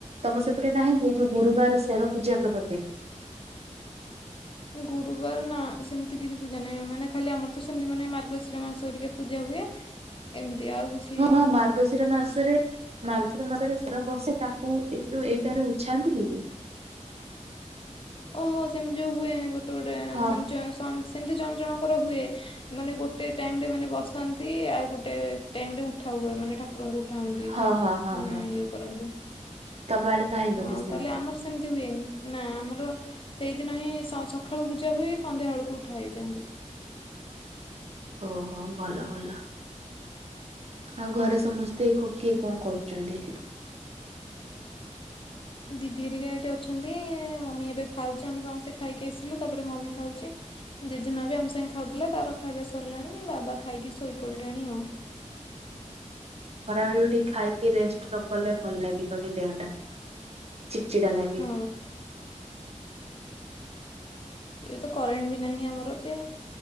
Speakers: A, on the right; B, on the left.
A: ତମ ସେପଟେ ନାହିଁକି ଏ ଯୋଉ ଗୁରୁବାର ଶେର ପୂଜା କରନ୍ତି।
B: ଗୁରୁବାର ନା ସେମିତି କିଛି ପୂଜା ନାହିଁ, ମାନେ ଖାଲି ଆମର ତ ସେମିତି ମାନେ ମାର୍ଗଶିର ମାସ ହେରିକା ପୂଜା ହୁଏ। ଏମ୍ତି ଆଉ କିଛି
A: ହଁ ହଁ ମାର୍ ର୍ଗଶିର ମାସରେ <unintelligible> ମାସରେ ସେର ବସେ ତାକୁ ଏ ଯୋଉ ଏଇଟାରେ ଉଝାନ୍ତିନି କି?
B: ଓହୋ ସେମ୍ତି ଯୋଉ ହୁଏ ଗୋଟେଗୋଟେ।
A: ହଁ।
B: ଜ ସମ୍ ସମ୍ତି ଜଣ ଜଣଙ୍କର ହୁଏ। ମାନେ ଗୋଟେ ଟାଇମ୍ ରେ ମାନେ ବସାନ୍ତି ଆଉ ଗୋଟେ ଟାଇମ୍ ରେ ଉଠା ହୁଏ ମାନେ ଠା କୁରଙ୍କୁ ଉଠାନ୍ତି
A: ହଁ ହଁ ହଁ
B: ମାନେ
A: ହଁ
B: ଇଏ କରନ୍ତି,
A: ତମ ଆଡେ ନାହିଁ
B: ହଁ
A: ବୋଧେ ସେମିତି
B: ତାହେଲେ ଆମର୍ ସେ ମ୍ତି ହୁଏନି ନା ଆମର ସେଇଦିନ ହିଁ ସ ସଖାଳୁ ପୂଜା ହୁଏ ସନ୍ଧ୍ୟାବେଳକୁ ଉଠା ହେଇଯାନ୍ତି।
A: ଓହୋ ଭଲ ଭଲ। ଆଉ ଘରେ ସମସ୍ତେ କୋ କିଏ କଁ କରୁଚନ୍ତି?
B: ଦିଦି ହେରିକା ଏଠି ଅଛନ୍ତି ମମି ଏବେ ଖାଉଚି ଆମେ ସମସ୍ତେ ଖାଇକି ଆସିଲୁ ତାପରେ ମମି ଖାଉଚି। ଜେଜେମା ବି ଆମ ସାଙ୍ଗେ ଖାଉଥିଲା ତାର ଖାଇବା ସରିଲାଣି ବାବା ଖାଇକି ଶୋଇପଡିଲେଣି ଆଉ।
A: ଖରାବେଳେ ବି ଟିକେ ଖାଇକି ରେଷ୍ଟ ନ କଲେ ଭଲ ଲାଗିବନି ଦେହଟା ଚିଡ୍ ଚିଡା ଲାଗେ।
B: ହଁ ଏବେ ତ କରେଣ୍ଟ ବି ନାହିଁ ଆମର ଯେ